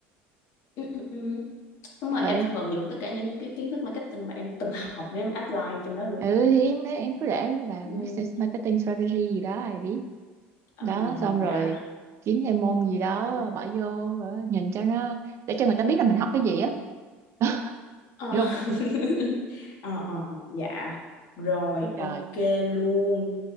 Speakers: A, on the left; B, on the right.
A: Ừ, ừ, ừ. Đúng rồi,
B: ừ
A: em phải vận dụng tất cả những cái kiến thức marketing mà em từng học để em apply trong đó luôn.
B: ừ thì em em cứ để nó vào
A: Ừm,
B: business marketing strategy gì đó ai biết
A: à,
B: đó xong rồi
A: dạ.
B: kiếm thêm môn gì đó bỏ vô rồi nhìn cho nó để cho người ta biết là mình học cái gì á <laughs>
A: Ờ,
B: hiểu không
A: <laughs> ờ, ờ, ờ, dạ. Rồi,
B: rồi
A: ok luôn.